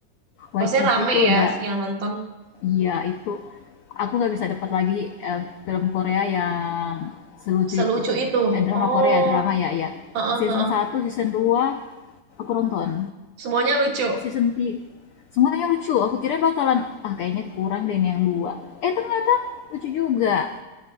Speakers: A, on the left; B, on the right.
A: Waikiki
B: Maksudnya rame
A: itu
B: ya
A: udah
B: yang nonton
A: iya itu aku nggak bisa dapat lagi eh, film Korea yang selucu
B: selucu
A: itu.
B: itu.
A: Eh, drama
B: Oh,
A: Korea, drama ya, ya.
B: heeh,
A: Season
B: heeh.
A: satu season 2 aku nonton.
B: Semuanya lucu.
A: Season 3 semuanya lucu. Aku kira bakalan ah kayaknya kurang deh ini yang dua. Eh, ternyata lucu juga.